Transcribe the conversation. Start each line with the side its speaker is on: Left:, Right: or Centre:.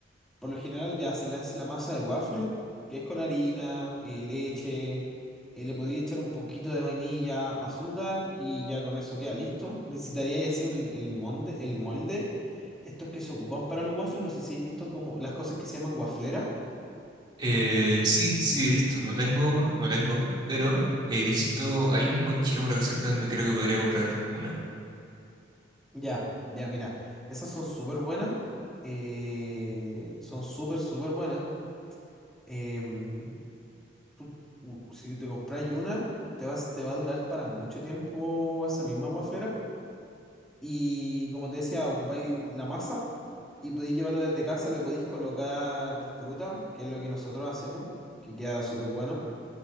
Centre: Por lo general ya se le hace la masa de waffle, que es con harina, eh, leche, eh, le podía echar un poquito de vainilla, azúcar y ya con eso queda listo. Necesitaría ya así un- el molde, el molde. Estos que se ocupan para los waffles, no sé si habéis visto como las cosas que se llaman wafleras
Right: Eh, sí, sí he visto, no tengo uno, no tengo, pero he visto, hay un buen chino por acá cerca donde creo que podría comprar una,
Centre: Ya, ya, mira, esas son súper buenas, eh, son súper, súper buenas. em, tú- u- si te compras una, te vas, te va a durar para mucho tiempo esa misma guaflera. Y como te decía, ocupáis la masa y podéis llevarlo desde casa, le podéis colocar fruta, que es lo que nosotros hacemos, que queda súper bueno.